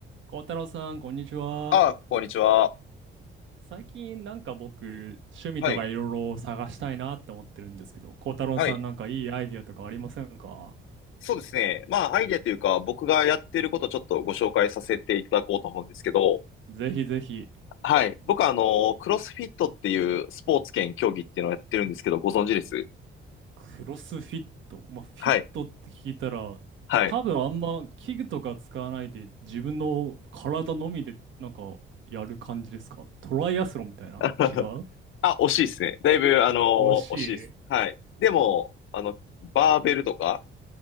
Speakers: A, on the right; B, on the left.
A: 孝太郎さん、こんにちは。
B: ああ、こんにちは。
A: 最近なんか僕、趣味とかいろいろ探したいなって思ってるんですけど、
B: はい。
A: 孝太郎さんなんかいいアイディアとかありませんか
B: はい。そうですね。まあ、アイデアというか、僕がやってることをちょっとご紹介させていただこうと思うんですけど、
A: ぜひぜひ、
B: はい。僕は、あの、クロスフィットっていうスポーツ兼競技っていうのをやってるんですけど、ご存知です
A: クロスフィット。まあ、フィットって聞いたら、
B: はい。はい。
A: 多分あんま器具とか使わないで、自分の体のみでなんかやる感じですかトライアスロンみたいな違う
B: <laughs> あ、惜しいですね。だいぶ、あの、
A: 惜しい
B: 惜しいです。はい。でも、あの、バーベルとか、